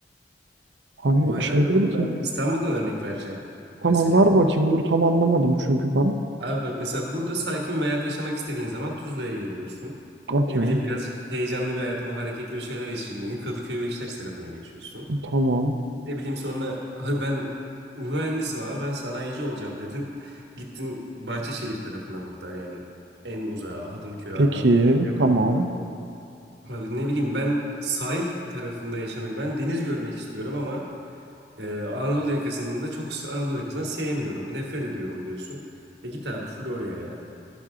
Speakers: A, on the right; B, on the right.
A: Hani
B: Bayağı
A: şey
B: öyle
A: dedi
B: oğlum.
A: ki
B: Ben İstanbul'dan örnek vereceğim
A: tamam
B: mesela.
A: ver bakayım dur tam anlamadım çünkü ben.
B: Abi bak mesela burada sakin bir hayat yaşamak istediğin zaman Tuzla'ya geliyorsun.
A: Okey.
B: Ne bileyim birazcık heyecanlı bir hayatım, o hareketli bir şeyler yaşayayım dedin. Kadıköy Beşiktaş tarafına geçiyorsun.
A: Tamam.
B: Ne bileyim sonra abi ben mühendisim abi ben sanayici olacağım dedin. <laughs> Gittin Bahçeşehir tarafına burada yani en uzağa Hadımköy,
A: Peki.
B: Arnavutköy o civarlara.
A: Tamam.
B: Abi ne bileyim ben sahil tarafında yaşamayı ben deniz görmek istiyorum ama e, Anadolu yakasında çok Anadolu yakasını sevmiyorum. Nefret ediyorum diyorsun. E git abi Florya'ya.